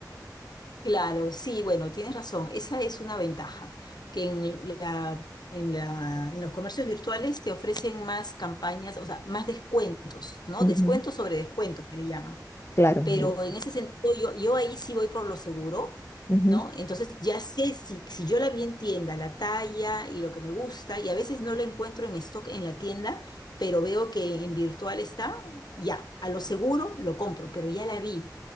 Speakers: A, on the left; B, on the left.
A: Claro, sí, bueno, tienes razón, esa es una ventaja, que en la, en la, en los comercios virtuales te ofrecen más campañas, o sea, más descuentos, ¿no?
B: Ujú.
A: Descuentos sobre descuentos, que le llaman.
B: Claro.
A: Pero
B: el-
A: en ese sentido, yo, yo ahí sí voy por lo seguro,
B: ujú.
A: ¿no? Entonces ya sé si, si yo la vi en tienda, la talla y lo que me gusta, y a veces no la encuentro en stock en la tienda, pero veo que en virtual está, ya, a lo seguro lo compro, pero ya la vi,